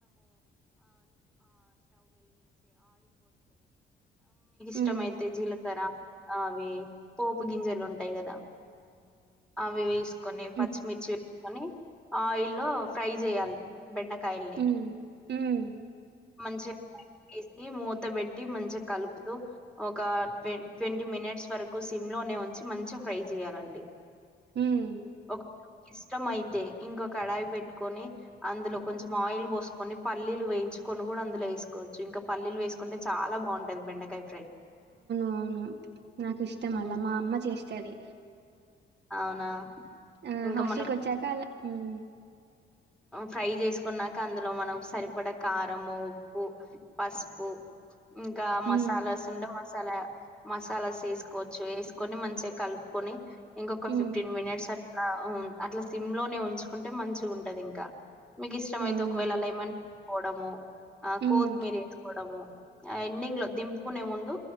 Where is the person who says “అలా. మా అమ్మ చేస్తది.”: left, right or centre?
Right